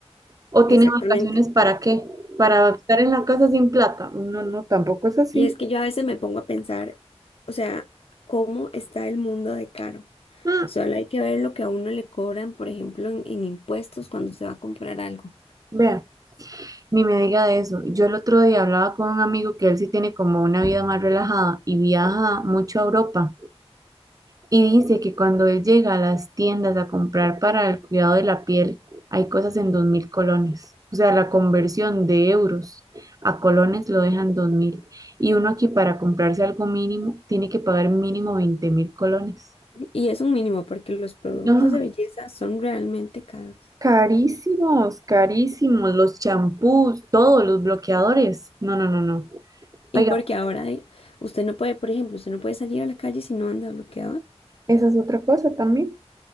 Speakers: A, on the right; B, on the left.
A: ¿O
B: Exactamente.
A: tiene vacaciones para qué? ¿Para estar en la casa sin plata? No, no, tampoco es así.
B: Y es que yo a veces me pongo a pensar, o sea, ¿cómo está el mundo de caro?
A: Mm,
B: Solo hay que ver lo que a uno le cobran, por ejemplo, en, en impuestos cuando se va a comprar algo.
A: vea, ni me diga de eso. Yo el otro día hablaba con un amigo que él sí tiene como una vida más relajada y viaja mucho a Europa. Y dice que cuando él llega a las tiendas a comprar para el cuidado de la piel, hay cosas en 2.000 colones. O sea, la conversión de euros a colones lo dejan dos mil Y uno aquí para comprarse algo mínimo tiene que pagar mínimo 20.000 colones.
B: Y es un mínimo porque los productos
A: No,
B: de belleza son realmente caros.
A: carísimos, carísimos. Los champús, todos los bloqueadores. No, no, no, no.
B: Y
A: Oiga,
B: porque ahora eh, usted no puede, por ejemplo, usted no puede salir a la calle si no anda bloqueador.
A: esa es otra cosa también.